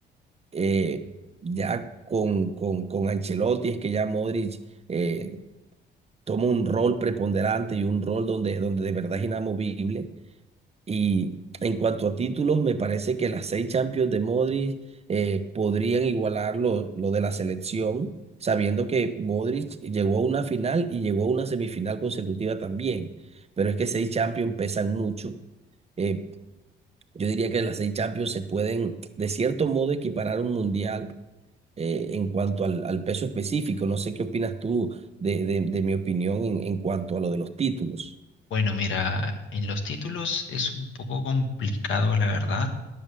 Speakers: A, on the right; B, on the left.
A: Eh, ya con, con, con Ancelotti es que ya Modric eh, toma un rol preponderante y un rol donde, donde de verdad es inamovible y en cuanto a títulos, me parece que las seis Champions de Modric eh, podrían igualar lo, lo de la selección, sabiendo que Modric llegó a una final y llegó a una semifinal consecutiva también. Pero es que seis Champions pesan mucho. Eh, yo diría que las seis Champions se pueden, de cierto modo, equiparar a un mundial eh, en cuanto al, al peso específico. No sé qué opinas tú de, de, de mi opinión en, en cuanto a lo de los títulos.
B: Bueno, mira, en los títulos es un poco complicado, la verdad,